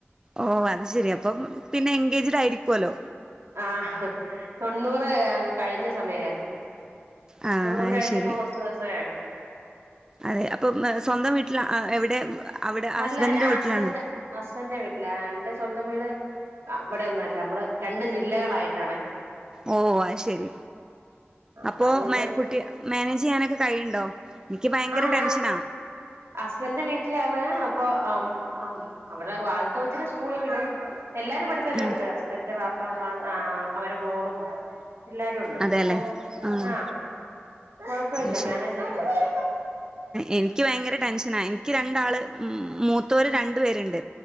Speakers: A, on the right (about 15°); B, on the right (about 80°).
A: ഓ അത് ശെരി അപ്പം പിന്നെ എൻഗേജഡ് ആയിരിക്കുവല്ലോ
B: ആ തൊണ്ണൂറ് കഴിഞ്ഞ സമയായിരുന്നു
A: ആ
B: തൊണ്ണൂറ്
A: അത്
B: കഴിഞ്ഞിട്ട്
A: ശരി
B: ഇപ്പൊ കൊറച്ചു ദിവസം ആയൊളൂ
A: അതെ അപ്പൊ സ്വന്തം വീട്ടിൽ എവിടെ അവിടെ
B: അല്ല
A: ഹസ്ബൻഡിന്റെ
B: ഞാൻ
A: വീട്ടിലാണോ
B: ഹസ്ബൻന്റെ ഹസ്ബൻന്റെ വീട്ടില എന്റെ സ്വന്തം വീട് അവിടെൊന്നല്ല നമ്മള് രണ്ട് ജില്ലകളായിട്ടാാണ്
A: ഓ അ ശരി
B: ആ
A: അപ്പോ
B: അതുകൊണ്ട്
A: കുട്ടി മാനേജ് ചെയ്യാനൊക്കെ കഴിയുണ്ടോ എനിക്ക് ഭയങ്കര
B: ആ ഞാൻ
A: ടെൻഷനാ
B: ഹസ്ബൻന്റെ വീട്ടിലാണ് അപ്പൊ ആ അവടെ വാലത്ത വച്ചി സ്കൂളിൽ വിടും എല്ലാരും ഇവിടെത്തന്നെ
A: ഉം
B: ഉണ്ട് ഹസ്ബൻഡന്റെ പാപ്പ അമ്മ ആ അവരെ മോളും എല്ലാരും ഉണ്ട്
A: അതെല്ലേ ആഹ്
B: ആ കൊഴപ്പല്ല
A: അത് ശരി
B: മേനേജ് ശരിക്ക്
A: എനിക്ക് ഭയങ്കര ടെൻഷനാ എനിക്ക് രണ്ടാള് മൂത്തവര് രണ്ടു പേരുണ്ട്